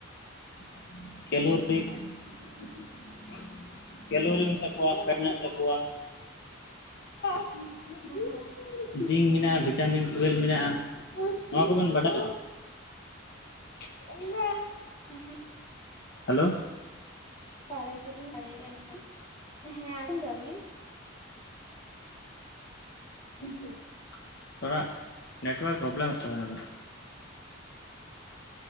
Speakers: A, on the left; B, on the left.
A: <inaudible> ᱠᱮᱞᱳᱨᱤ <inaudible> ᱠᱮᱞᱳᱨᱤ ᱢᱮᱱᱟᱜ ᱛᱟᱠᱚᱣᱟ ᱟᱥ ᱢᱮᱱᱟᱜ ᱛᱟᱠᱚᱣᱟ <inaudible>
B: ᱦᱮᱸ
A: ᱡᱤᱝᱠ ᱢᱮᱱᱟᱜ-ᱟ ᱵᱷᱤᱴᱟᱢᱤᱱ ᱴᱩᱭᱮᱞᱵᱷ ᱢᱮᱱᱟᱜ-ᱟ, ᱱᱚᱣᱟ ᱠᱚᱵᱤᱱ ᱵᱟᱰᱟᱭᱟ? <unintelligible>
B: ᱮᱦᱮᱸᱜ
A: ᱦᱮᱞᱳ
B: ᱵᱟᱨᱟᱭ ᱫᱚᱞᱤᱧ ᱵᱟᱲᱟᱭ ᱜᱮᱭᱟ ᱱᱟᱠᱷᱟᱱ <inaudible> ᱦᱮᱸ ᱟᱸᱡᱚᱢ ᱫᱟᱞᱤᱧ ᱾ <inaudible>
A: <inaudible> ᱛᱷᱚᱲᱟ <inaudible> ᱱᱮᱴᱚᱣᱟᱨᱠ ᱯᱨᱚᱵᱞᱮᱢᱮᱫ ᱛᱟᱵᱤᱱᱟ ᱟᱵᱤᱱᱟᱜ ᱾